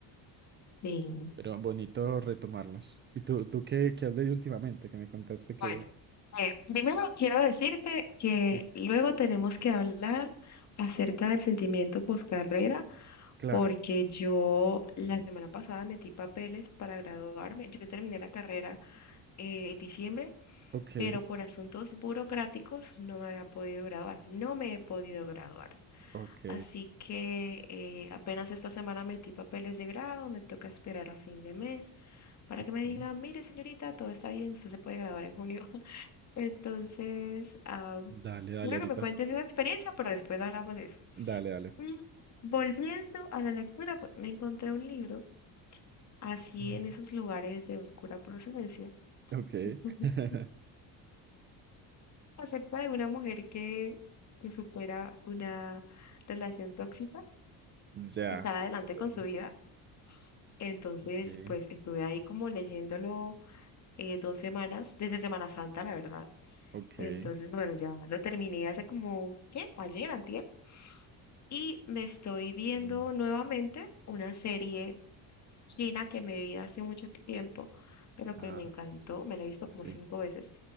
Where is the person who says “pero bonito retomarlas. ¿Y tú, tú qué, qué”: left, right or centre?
Right